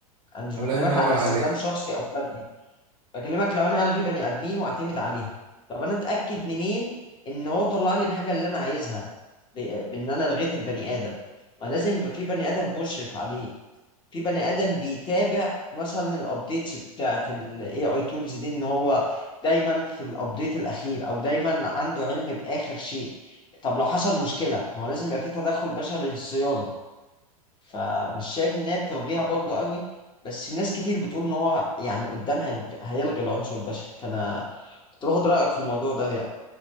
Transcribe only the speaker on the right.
الله
ينور
عليك